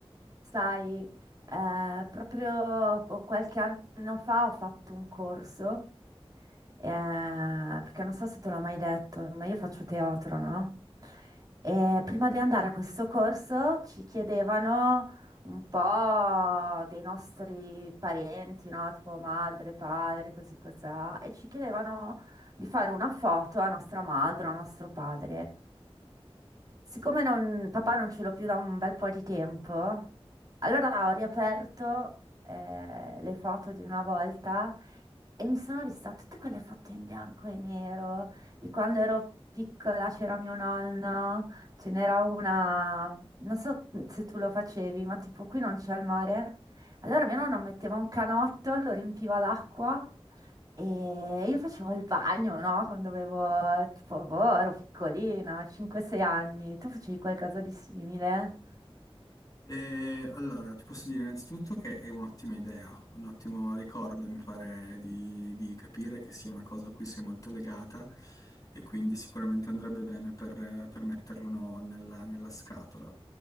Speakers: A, on the right; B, on the left.
A: Sai, eh, proprio boh, qualche anno fa ho fatto un corso Eh, perché non so se te l'ho mai detto, ma io faccio teatro, no? E prima di andare a questo corso ci chiedevano un po' dei nostri parenti, no? Tipo madre, padre, così cos'ha, e ci chiedevano di fare una foto a nostra madre, a nostro padre. Siccome non- papà non ce l'ho più da un bel po' di tempo, allora ho riaperto eh, le foto di una volta e mi sono vista tutte quelle foto in bianco e nero di quando ero piccola, c'era mio nonno, ce n'era una, non so se tu lo facevi, ma tipo qui non c'è il mare. Allora mio nonno metteva un canotto, lo riempiva d'acqua e io facevo il bagno, no? Quando avevo, tipo, boh, ero piccolina, 5-6 anni. Tu facevi qualcosa di simile?
B: E allora, ti posso dire innanzitutto che è un'ottima idea, un ottimo ricordo, mi pare di, di capire che sia una cosa a cui sei molto legata e quindi sicuramente andrebbe bene per, per metterlo no, nella, nella scatola.